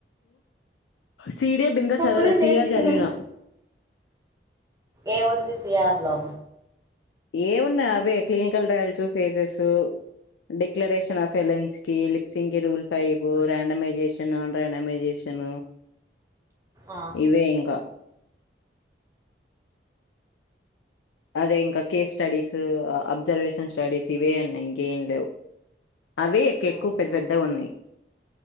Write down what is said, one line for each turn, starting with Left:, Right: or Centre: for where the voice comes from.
Left: సిడిఎం ఇంకా చదవలే
Right: అప్పుడే నేర్చుకున్నా
Left: సిఆర్ చదివినా
Right: ఏముంది సిఆర్ లో
Left: ఏమున్నాయి అవే clinical trials phases declaration of ఎలెన్స్ కి లిప్సింగ్ కి rule five randomisation non randomisation
Right: ఆ,
Left: ఇవే ఇంకా అదే ఇంకా కేస్ స్టడీస్ అబ్జర్వేషన్ స్టడీస్ ఇవే ఉన్నాయి ఇంకేం లేవు అవే ఎక్- ఎక్కువ
Right: అవునా
Left: పెద్ద పెద్దగా ఉన్నాయి